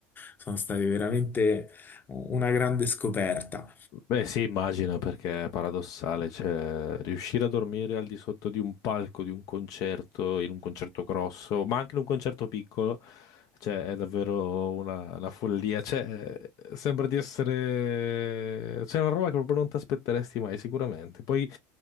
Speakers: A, on the left; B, on the left.
A: sono state veramente una grande scoperta.
B: Beh, sì, immagino perché è paradossale, cioè riuscire a dormire al di sotto di un palco, di un concerto, in un concerto grosso, ma anche in un concerto piccolo, cioè è davvero una, una follia, cioè eh, sembra di essere... c'è una roba che proprio non ti aspetteresti mai sicuramente. Poi